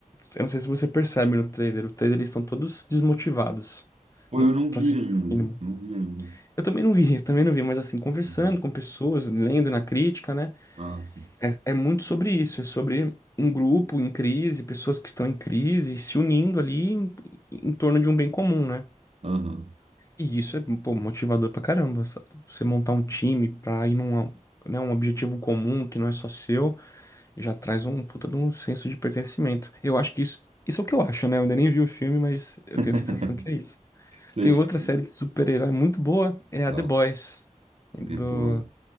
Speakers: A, on the left; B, on the right.
A: Eu não sei se você percebe no trailer. O trailer eles estão todos desmotivados.
B: Pô,
A: Não,
B: eu não
A: pra
B: vi
A: se
B: ainda.
A: dizer o mínimo.
B: Não vi ainda.
A: Eu também não vi, eu também não vi, mas assim, conversando
B: Uhum.
A: com pessoas, lendo na crítica, né?
B: Ah, sim.
A: É, é muito sobre isso, é sobre um grupo em crise, pessoas que estão em crise, se unindo ali em, em torno de um bem comum, né?
B: Aham.
A: E isso é, pô, motivador pra caramba. sa- Você montar um time pra ir num, né, um objetivo comum que não é só seu, já traz um puta de um senso de pertencimento. Eu acho que isso, isso é o que eu acho, né? Eu ainda nem vi o filme, mas eu
B: <laughs>
A: tenho a sensação que é isso.
B: Sei.
A: Tem outra série de super-herói muito boa, é a
B: Tá,
A: The Boys, do,
B: Tempora.